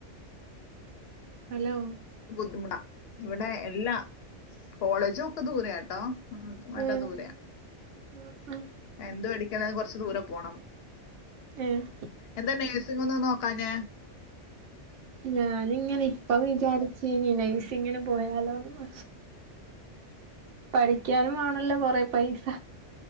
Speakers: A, on the right; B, on the left.
A: ഹലോ
B: ബുദ്ധിമുട്ട ഇവിടെ എല്ലാ കോളേജും ഒക്കെ ദൂരെയ കേട്ടോ ആ നല്ല
A: ഉം
B: ദൂരെയ
A: ആ ആ
B: എന്ത് പടി കുറച്ച് ദൂരെ പോകണം
A: ഏ
B: എന്തന്നെ ങ്ങൊന്ന് നോക്കാനേ
A: ഞാനിങ്ങനെ ഇപ്പ വിചാരിച് ചീനി നൈസ്ങ്ങനെ പോയാലോന്നു പഠിക്കാനും ആണല്ലോ കൊറെ പൈസ